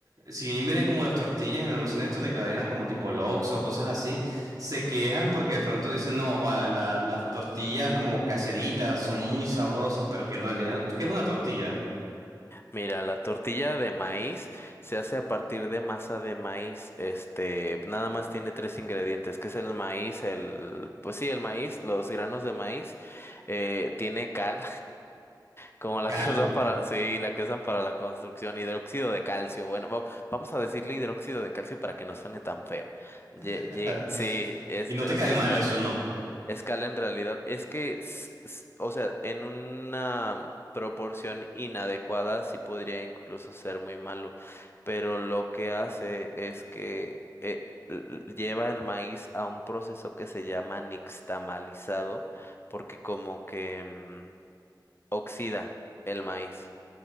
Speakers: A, on the right (about 50°); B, on the left (about 30°).
A: si bien vienen como las tortillas en almacenes estos de cadenas, como tipo Lox o cosas así, se quejan porque de pronto dicen, no, Juan, la- las tortillas como caseritas son muy sabrosas, pero que en realidad, ¿qué es una tortilla?
B: Mira, la tortilla de maíz se hace a partir de masa de maíz. Este, nada más tiene tres ingredientes, que es el maíz, el, pues sí, el maíz, los granos de maíz, eh, tiene cal, Como la
A: Cal.
B: que usan para, sí, la que usan para la construcción, hidróxido de calcio. Bueno, va- vamos a decirle hidróxido de calcio para que no suene tan feo. Ye-
A: <laughs>
B: ye- sí, es,
A: Y no
B: pero
A: te cae
B: sí es
A: mal
B: cal.
A: eso, ¿no?
B: Es cal en realidad. Es que, s- s- o sea, en una mm, proporción inadecuada sí podría incluso ser muy malo, pero lo que hace es que eh, l- l- lleva el maíz a un proceso que se llama nixtamalizado, porque como que... mm, oxida el maíz.